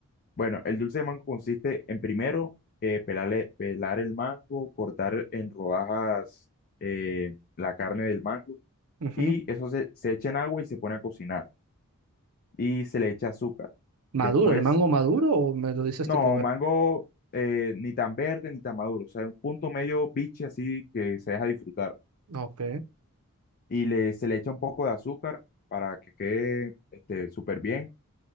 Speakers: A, on the left (about 40°); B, on the right (about 70°).
A: bueno, el dulce de mango consiste en primero... eh, pelarle- pelar el mango, cortar en rodajas eh, la carne del mango
B: Ujú.
A: y eso se, se echa en agua y se pone a cocinar y se le echa azúcar.
B: ¿Maduro?
A: Después,
B: ¿El mango maduro o me lo dices
A: no,
B: tipo verde?
A: mango eh, ni tan verde ni tan maduro, o sea, un punto medio biche así que se deja disfrutar
B: Ok.
A: y le, se le echa un poco de azúcar para que quede este, súper bien